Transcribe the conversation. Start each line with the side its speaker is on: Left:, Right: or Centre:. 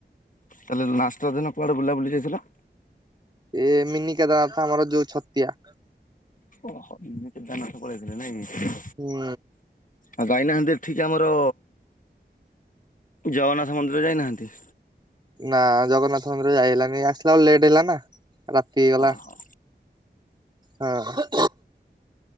Left: ତା ହେଲେ ଲାଷ୍ଟେ ରଜ ଦିନ କୁଆଡ଼େ ବୁଲା ବୁଲି ଯାଇଥିଲ
Right: ଏ ମିନିିକେଦାରନାଥ୍ ଆମର ଯୋଉ ଛତିଆ
Left: ଓହୋ କେଦାରନାଥ୍ ପଳେଇଥିଲେ ନାଇଁ କି
Right: ହୁଁ
Left: ଆଉ ଯାଇନାହାନ୍ତି ଏଠିକି ଆମର ଜଗନ୍ନାଥ ମନ୍ଦିର ଯାଇନାହାନ୍ତି
Right: ନା ଜଗନ୍ନାଥ ମନ୍ଦିର ଯାଇ ହେଲାନି ଆସିଲା ବେଳକୁ ଲେଟ୍ ହେଲା ନା ରାତି ହେଇଗଲା
Left: ଓହୋ,
Right: ହଁ